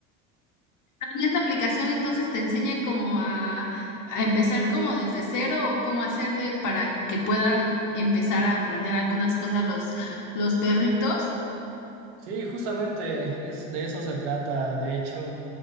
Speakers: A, on the left; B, on the right.
A: En esta aplicación entonces te enseñan como a, a empezar como desde cero o cómo hacerle para que puedan empezar a aprender algunas cosas los, los perritos.
B: Sí, justamente es de eso se trata, de hecho.